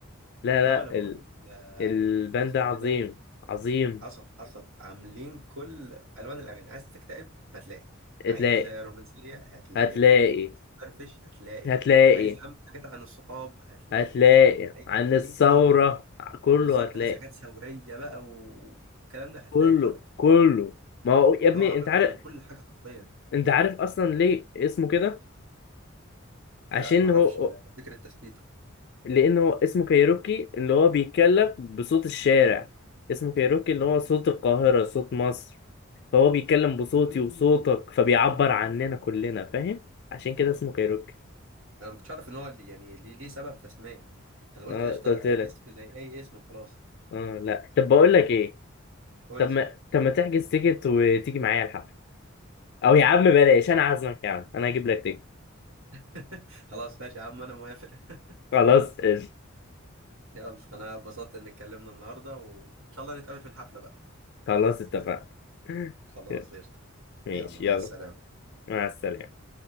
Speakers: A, on the left (about 55°); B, on the right (about 65°).
A: لا لا
B: لا انا بقول
A: ال...
B: ده
A: الباند
B: ال- اسمه
A: ده عظيم
B: ايه ده
A: عظيم
B: حصل حصل عاملين كل الوان الاغاني عايز تكتئب هتلاقي
A: هتلاقي
B: عايز رومانسيه هتلاقي
A: هتلاقي
B: برضه عايز تفرفش هتلاقي
A: هتلاقي
B: عايز يا عم حاجات عن الصحاب هتلاقي
A: هتلاقي
B: عايز
A: عن الثورة
B: ايه تاني
A: كله
B: بالظبط
A: هتلاقي
B: عايز حاجات ثوريه بقى والكلام ده هتلاقي
A: كله
B: برضه
A: كله ما هو يا
B: فاللي
A: ابني
B: هو عمله
A: انت عارف
B: على كل حاجه حرفيا
A: انت عارف اصلا ليه اسمه كده
B: لا
A: عشان
B: معرفش
A: هو
B: فكره تثبيته
A: لان هو اسمه كايروكي اللي هو بيتكلم بصوت الشارع اسمه كايروكي اللي هو صوت القاهرة صوت مصر فهو بيتكلم بصوتي
B: مم.
A: وصوتك فبيعبر عننا كلنا فاهم عشان كده اسمه كايروكي
B: انا ما كنتش اعرف ان هو اللي- يعني ليه ليه سبب تسميه انا قلت
A: اه
B: قشطه
A: قلت
B: ده
A: لك
B: اسم زي اي اسم وخلاص
A: اه لا طب بقول لك ايه
B: قول
A: طب ما طب ما تحجز تيكت وتيجي معايا الحفل او يا عم بلاش انا عازمك يا عم انا هجيب لك تيكت
B: <laughs> خلاص ماشي يا عم انا موافق <laughs>
A: خلاص قشطة.
B: يلا انا اتبسطت ان اتكلمنا النهارده وان شاء الله نتقابل في الحفله بقى
A: خلاص اتفقنا <laughs>
B: خلاص
A: يلا.
B: قشطه
A: ماشي
B: يلا مع
A: يلا
B: السلامه
A: مع السلامة